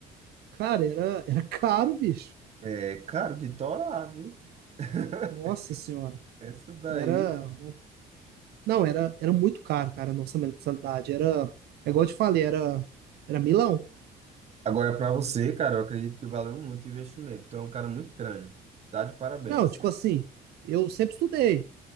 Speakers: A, on the right; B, on the right.
A: cara, era, era caro, bicho.
B: É caro de torar, viu? <laughs>
A: Nossa senhora.
B: Essa daí.
A: Era. Não, era, era muito caro, cara, a nossa mensalidade. Era. É igual eu te falei, era, era milão.
B: Agora, pra você, cara, eu acredito que valeu muito o investimento. Tu é um cara muito crânio. Tá de parabéns.
A: Não, tipo assim, eu sempre estudei.